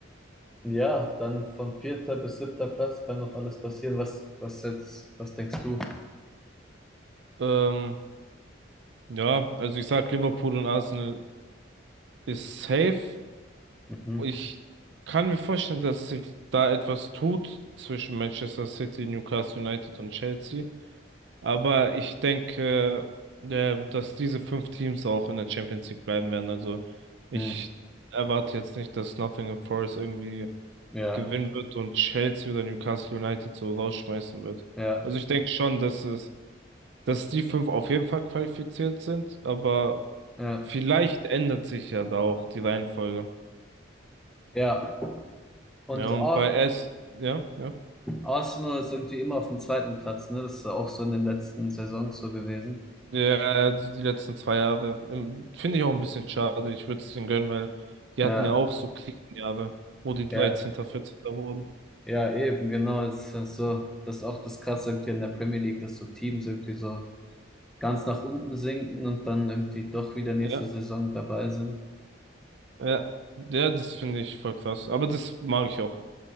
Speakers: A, in the centre; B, on the right (about 70°).
A: ja, dann von vierter bis siebter Platz kann noch alles passieren. Was, was jetzt, was denkst du?
B: Ähm, ja, also ich sag Liverpool und Arsenal ist safe.
A: Mhm.
B: Ich kann mir vorstellen, dass sich da etwas tut zwischen Manchester City, Newcastle United und Chelsea. Aber ich denke, äh, dass diese fünf Teams auch in der Champions League bleiben werden. Also ich
A: Mhm.
B: erwarte jetzt nicht, dass Nottingham Forest irgendwie
A: Ja,
B: gewinnen wird und Chelsea oder Newcastle United so rausschmeißen wird.
A: ja.
B: Also ich denke schon, dass es, dass die fünf auf jeden Fall qualifiziert sind, aber
A: Ja,
B: vielleicht ändert sich ja da auch die Reihenfolge.
A: ja. Und
B: Ja, und
A: Ar
B: bei S, ja, ja.
A: Arsenal ist irgendwie immer auf dem zweiten Platz, ne? Das ist ja auch so in den letzten Saisons so gewesen.
B: Ja, also die letzten zwei Jahre. ähm, Finde ich auch ein bisschen schade. Ich würde es denen gönnen, weil die
A: Ja,
B: hatten ja auch so Krisenjahre, wo die
A: ja,
B: 13., 14. wurden.
A: ja, eben, genau. Das ist ja so, das ist auch das Krasse irgendwie in der Premier League, dass so Teams irgendwie so ganz nach unten sinken und dann irgendwie doch wieder nächste
B: Ja,
A: Saison dabei sind.
B: ja. Ja, das finde ich voll krass. Aber das mag ich auch.